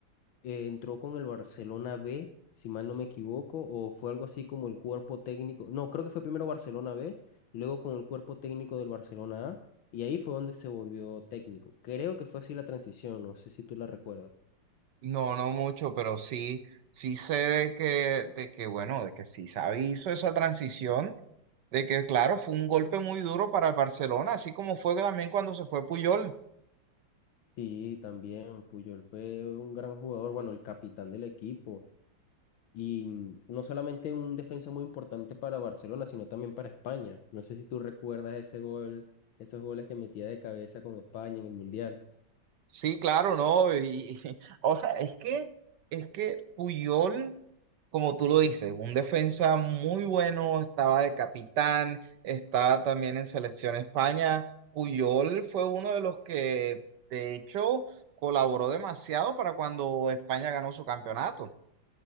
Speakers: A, on the left (about 80°); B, on the right (about 65°).
A: eh, entró con el Barcelona B, si mal no me equivoco, o fue algo así como el cuerpo técnico, no, creo que fue primero Barcelona B, luego con el cuerpo técnico del Barcelona A y ahí fue donde se volvió técnico. Creo que fue así la transición, no sé si tú la recuerdas.
B: No, no mucho, pero sí, sí sé de que, de que, bueno, de que sí Xavi hizo esa transición, de que, claro, fue un golpe muy duro para el Barcelona, así como fue también cuando se fue Puyol.
A: Sí, también Puyol fue un gran jugador, bueno, el capitán del equipo. Y mm, no solamente un defensa muy importante para Barcelona, sino también para España. No sé si tú recuerdas ese gol, esos goles que metía de cabeza con España en el Mundial.
B: Sí, claro, no, y, <laughs> o sea, es que, es que Puyol Como tú lo dices, un defensa muy bueno, estaba de capitán, estaba también en Selección España. Puyol fue uno de los que, de hecho, colaboró demasiado para cuando España ganó su campeonato.